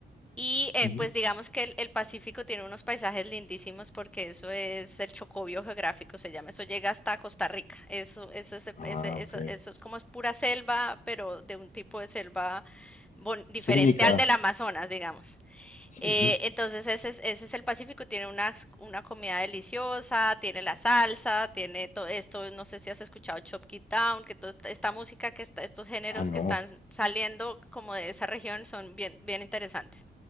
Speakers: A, in the centre; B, on the left (about 40°).
A: Y eh,
B: ujú.
A: pues digamos que el, el Pacífico tiene unos paisajes lindísimos porque eso es el chocobio geográfico, se llama, eso llega hasta Costa Rica, eso, eso, es,
B: Ah,
A: ese-
B: ok.
A: eso, eso es como es pura selva, pero de un tipo de selva bon- diferente
B: Es única.
A: al del Amazonas, digamos.
B: Sí,
A: Eh,
B: sí.
A: entonces ese es, ese es el Pacífico, tiene una, una comida deliciosa, tiene la salsa, tiene todo esto, no sé si has escuchado Chop It Down, que toda esta, esta música que está, estos géneros
B: Ah, no.
A: que están saliendo como de esa región son bien, bien interesantes